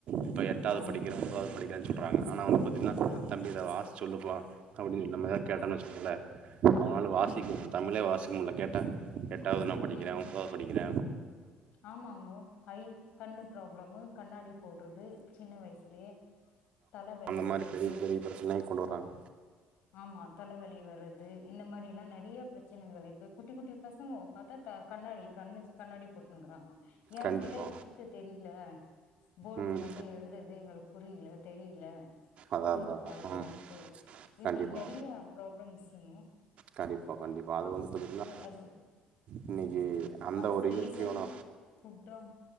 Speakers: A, on the right; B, on the left.
A: இப்ப எட்டாவ்து
B: ஆமாங்க
A: படிக்கிற ஒம்பதாவ்து படிக்கிறன் சொல் றாங்க ஆனா அவன பாத்தி னா
B: ஆ
A: தம்பி இத வாஸ் சொல்லுப்பா அப்டி நம்ம எதா கேட்டனு
B: ஆமா
A: வச்சுக்கோங்களே அவனால
B: ம்
A: வாசிக்க தமிழே வாசி முல்ல கேட்டா எட்டாவ்து நா படிக்கிற
B: ம்
A: ஒம்தாது படிக்கிற
B: ஆமாங்கோ ஐ கண்ணு ப்ராப்ளமு கண்ணாடி போட்றது சின்ன வயசுலயே தல வலி
A: அந்த
B: வர்றது
A: மாரி பெரிய பெரிய பிரச்சனைய கொண்டு வராங்
B: ஆமா தலவலி வர்றது இந்த மாரில்லா நறைய ப்ரச் ச்சினுங்கு இப்பு குட்டி குட்டி பசங்கோ பாத்தா கண்ணாடி கண்ணுச்சு கண்ணாடி போட்னுக்குறாங்கோ ஏன்
A: கண்டிப்பா
B: கேட்டா <inaudible> தெரில போர்ல
A: ம்
B: வந்து எழுதுற்து எங்ளுக்கு புரில தெரில
A: அதா
B: தூர
A: அதா
B: பார்வியா
A: அதா ம்
B: இருக்கு இப்டி
A: கண்டிப்பா
B: நெரியா ப்ராப்லம்ஸ்ங்கோ
A: கண்டிப்பா கண்டிப்பா அது வந்து பாத்தீன்னா
B: அது
A: இன்னிக்கு அந்த
B: அதுக்கு
A: ஒரு இயற்கையான
B: ரீசன் ஃபுட்டா